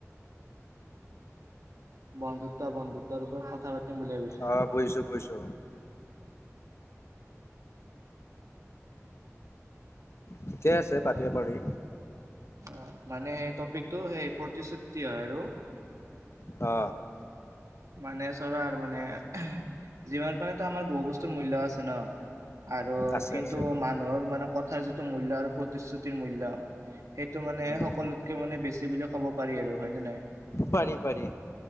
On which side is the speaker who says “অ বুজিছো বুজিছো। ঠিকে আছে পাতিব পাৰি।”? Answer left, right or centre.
Left